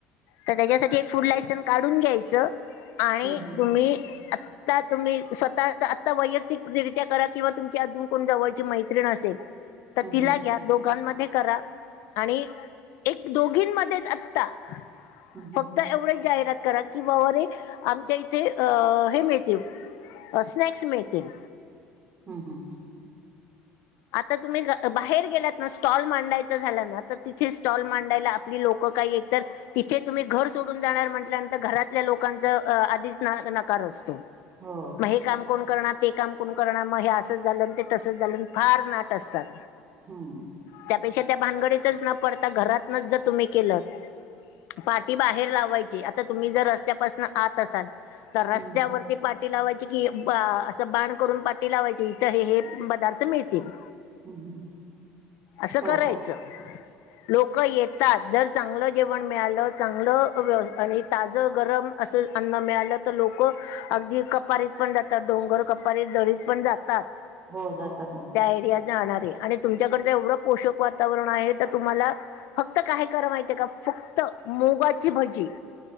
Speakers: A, on the left; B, on the right.
A: तर त्याच्यासाठी एक फूड लायसन्स काढून घ्यायचं,, आणि
B: हम्म
A: तुम्ही अत्य आता तुम्ही स्वतः आता वैयक्तिकरित्या करा,, किंवा तुमची अजून कोण जवळची मैत्रीण असेल तर
B: हम्म
A: तिला घ्या,, दोघांमध्ये करा. आणि एक दोघींमध्येच आत्ता,,
B: हम्म
A: फक्त एवढंच जाहिरात करा कि बाबारे, आमच्या इथे अ हे मिळतील,, अ स्नॅक्स मिळतील.
B: हम्म हम्म.
A: आता तुम्ही बाहेर गेलात ना स्टॉल मांडायचा झाला. ना तर तिथे स्टॉल मांडायला आपली लोक क काही एकतर तिथे तुम्ही घर सोडून जाणार म्हटल्यानंतर,, घरातल्या लोकांचा आधीच नकार असतो.
B: हो.
A: मग हे काम कोण करणार, ते काम कोण करणार मग हे असंच झालं ते तसंच झालं., फार नाट असतात.
B: हम्म
A: त्यापेक्षा त्या भानगडीतच न पडता घरातनचं जर तुम्ही केलं पाठी बाहेर लावायची,, आता तुम्ही जर रस्त्यापासनं आत असाल,, तर रस्त्यावर
B: हम्म
A: ती पाटी लावायची कि, असं बाण करून पाटी लावायची, इथं हे हे पदार्थ मिळतील.
B: हम्म
A: असं
B: हो
A: करायचं. लोकं येतात,, जर चांगलं जेवण मिळालं, चांगलं व्य आणि ताजं गरम असं अन्न मिळालं तर लोकं अगदी कपारीत पण जातात,, डोंगर कपारीत दरीत पण जातात.
B: हो जातात ना
A: त्या एरिया जाणारे,, आणि तुमच्याकडचं एवढं पोषक वातावरण आहे तर तुम्हाला फक्त काय करा माहितय का,, फक्त मुगाची भजी